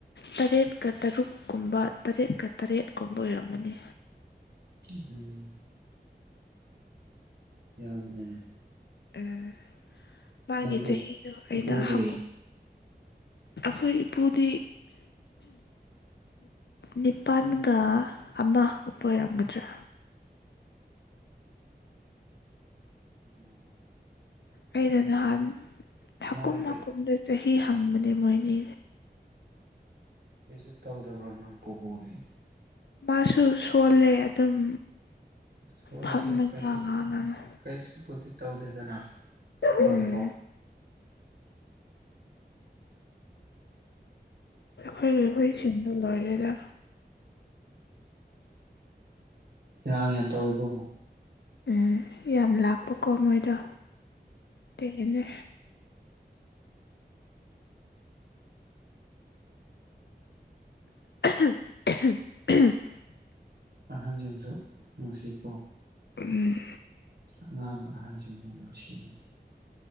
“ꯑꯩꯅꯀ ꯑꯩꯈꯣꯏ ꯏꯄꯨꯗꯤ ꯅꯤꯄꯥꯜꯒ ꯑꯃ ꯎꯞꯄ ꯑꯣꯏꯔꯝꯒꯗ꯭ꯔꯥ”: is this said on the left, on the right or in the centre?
Left